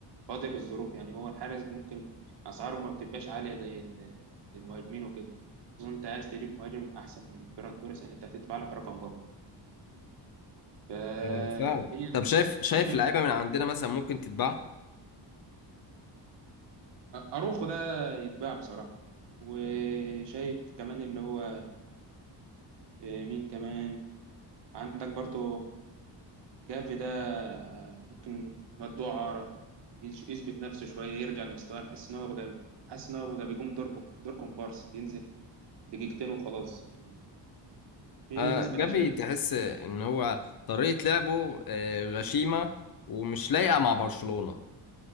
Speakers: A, on the right; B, on the left.
A: فاضية الظروف يعني هو الحارس ممكن اسعاره ما بتبقاش عاليه زي ال- المهاجمين وكده خصوصا انت عايز تجيب مهاجم احسن من فيران توريس يعني انت هتدفع لك رقم برضه فهي
B: آه، سهل طب شايف شايف
A: هي
B: لعيبه من عندنا مثلا ممكن تتباع
A: اروخو ده يتباع بصراحه وشايف كمان اللي هو آه، مين كمان عندك برضه جافي ده آه، ممكن مدوه عارة يش- يثبت نفسه شوية يرجع لمستواه أنا حاسس إن هو بقى حاسس إن هو بقى بيقوم دور دور كومبارس بينزل دقيقتين وخلاص يعني في
B: آه،
A: ناس
B: جافي
A: ملهاش لازمة
B: تحس ان هو طريقة لعبه آه، غشيمة ومش لايقة مع برشلونة